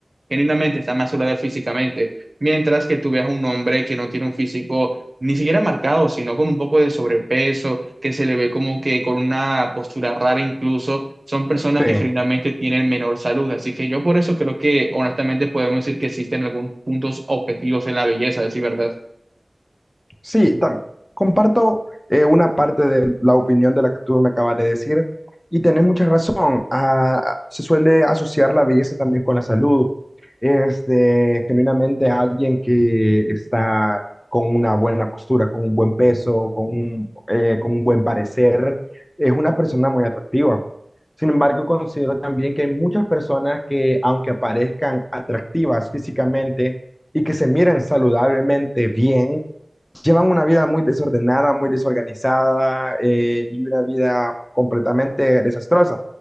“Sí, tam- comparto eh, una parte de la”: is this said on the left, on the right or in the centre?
Left